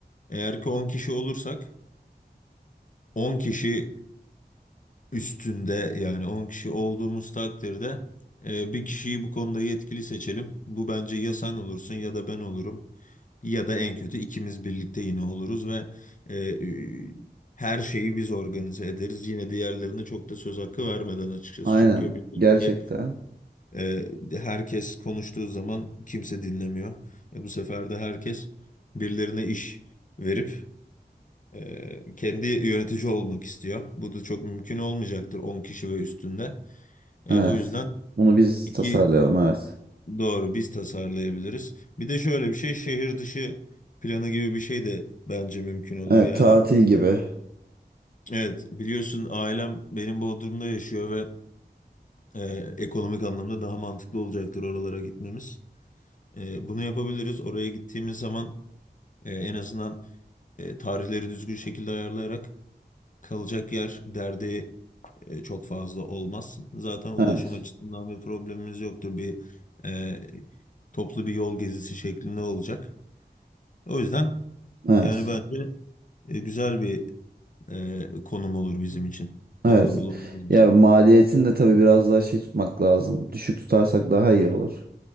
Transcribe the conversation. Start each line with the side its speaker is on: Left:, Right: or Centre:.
Left: eğer ki 10 kişi olursak 10 kişi üstünde yani 10 kişi olduğumuz takdirde e, bir kişiyi bu konuda yetkili seçelim. Bu bence ya sen olursun ya da ben olurum. Ya da en kötü ikimiz birlikte yine oluruz ve e, e, her şeyi biz organize ederiz. Yine diğerlerine çok da söz hakkı vermeden açıkçası.
Right: Aynen
Left: Çünkü biliyorsun
Right: gerçekten.
Left: ki E, herkes konuştuğu zaman kimse dinlemiyor. E, bu sefer de herkes birilerine iş verip e, kendi yönetici olmak istiyor. Bu da çok mümkün olmayacaktır 10 kişi ve üstünde. E,
Right: Evet.
Left: o yüzden
Right: Bunu biz
Left: iki
Right: tasarlayalım evet.
Left: doğru biz tasarlayabiliriz. Bir de şöyle bir şey şehir dışı planı gibi bir şey de bence mümkün olur.
Right: Evet
Left: Yani
Right: tatil gibi.
Left: evet biliyorsun ailem benim Bodrum'da yaşıyor ve e, ekonomik anlamda daha mantıklı olacaktır oralara gitmemiz. E, bunu yapabiliriz. Oraya gittiğimiz zaman e, en azından e, tarihleri düzgün şekilde ayarlayarak kalacak yer derdi e, çok fazla olmaz. Zaten ulaşım
Right: Evet.
Left: açısından bir problemimiz yoktur. Bir e, toplu bir yol gezisi şeklinde olacak. O yüzden
Right: Evet.
Left: yani bence e, güzel bir e, konum olur bizim için. Orada
Right: Evet.
Left: bulunduğumuz için.
Right: Ya maliyetini de tabii biraz daha şey tutmak lazım. Düşük tutarsak daha iyi olur.